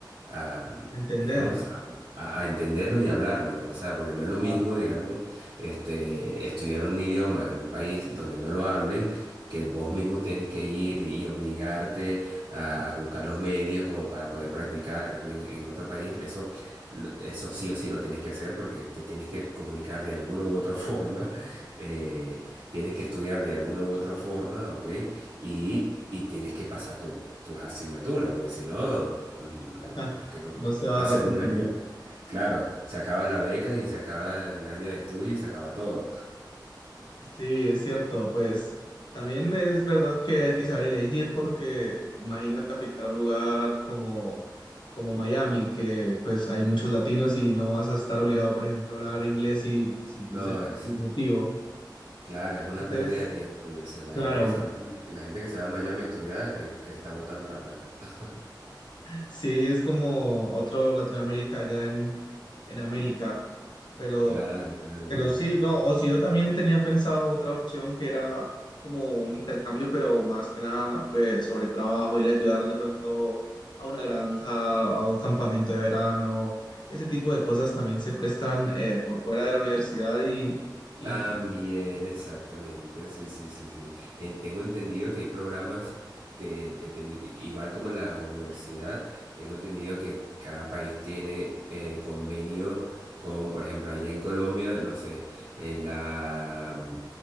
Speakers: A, on the right; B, on the left.
A: a, mm,
B: Entender,
A: digamos, a, a- a entenderlo y hablarlo, o sea, porque no es lo
B: claro,
A: mismo, digamos, este, estudiar un idioma en un país donde no lo hablen que vos mismo tienes que ir y obligarte a, a buscar los medios como para poder practicar. En cambio, en, en otro país, eso, lo- eso sí o sí lo tienes que hacer porque te tienes que comunicar de alguna u otra <laughs> forma, eh, tienes que estudiar de alguna u otra forma, ¿ok? Y, y tienes que pasar tu- tus asignaturas, porque si no, mm,
B: <laughs>
A: no, creo que
B: no se va a
A: va
B: dar
A: a ser
B: la oportunidad.
A: un año. Claro, se acaba la beca y se acaba el año de estudio y se acaba todo.
B: Sí, es cierto, pues también es verdad que hay que saber elegir porque imagínate aplicar a un lugar como, como Miami, que pues hay muchos latinos y no vas a estar obligado, por ejemplo, a hablar inglés y si
A: No,
B: ese es
A: es.
B: tu objetivo.
A: Claro, es una
B: Entonces,
A: pérdida de tiempo. oye, o sea, la
B: claro,
A: gente que se vaya, la gente que se va a Miami a estudiar, eh, que está botando la plata. <laughs>
B: sí es como otro Latinoamérica allá en, en América, pero
A: Claro, claro,
B: Pero
A: claro.
B: sí, no, o si yo también tenía pensado otra opción que era como un intercambio, pero más que nada eh, sobre trabajo, ir a ayudar de pronto a una granja, a un campamento de verano, ese tipo de cosas también se prestan eh, por fuera de la universidad y, y
A: También,
B: incluso
A: exactamente, sí, sí, sí, sí. En- tengo entendido que hay programas que dependen, igual como la universidad, tengo entendido que cada país tiene eh, convenio con, por ejemplo, allá en Colombia, no sé, eh, la, mm,